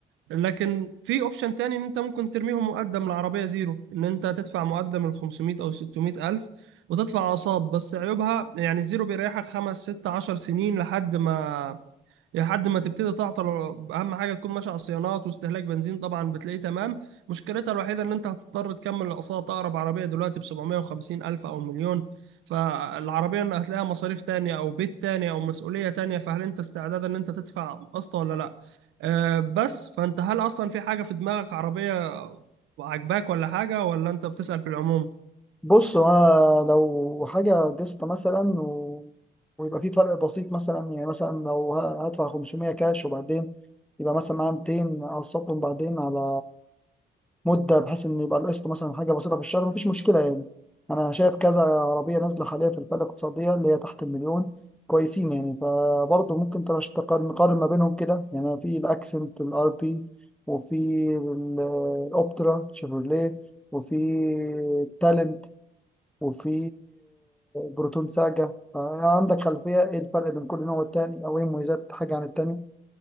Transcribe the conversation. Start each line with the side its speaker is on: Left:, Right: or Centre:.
Right: لكن في اوبشن تاني ان انت ممكن ترميهم مقدم العربية زيرو ان انت تدفع مقدم ال 500 او 600 ألف وتدفع أقساط بس عيوبها يعني الزيرو بيريحك خمس ست عشر سنين لحد ما لحد ما تبتدي تعطل اهم حاجه تكون ماشي على الصيانات واستهلاك بنزين طبعا بتلاقيه تمام مشكلتها الوحيده ان انت هتضطر تكمل الاقساط اقرب عربيه دلوقتي ب 750 الف او مليون فالعربيه إن هتلاقيها مصاريف تانية او بيت تاني او مسؤوليه تانية فهل انت استعداد ان انت تدفع قسط ولا لا أه بس فانت هل اصلا في حاجه في دماغك عربيه عاجباك ولا حاجه ولا انت بتسأل في العموم
Centre: بص هو أنا لو حاجه قسط مثلا و... ويبقى في فرق بسيط مثلا يعني مثلا لو ه- هدفع 500 كاش وبعدين يبقى مثلا معايا 200 اقسطهم بعدين على مده بحيث ان يبقى القسط مثلا حاجه بسيطه في الشهر مفيش مشكله يعني انا شايف كذا عربيه نازله حاليا في الفئه الاقتصاديه اللي هي تحت المليون كويسين يعني فبرضه ممكن ترش- تقار- نقارن ما بينهم كده يعني في الاكسنت الار بي وفي ال- الاوبترا شيفروليه وفي تالنت وفي بروتون ساجا عندك خلفيه ايه الفرق بين كل نوع والتاني او ايه مميزات حاجه عن التاني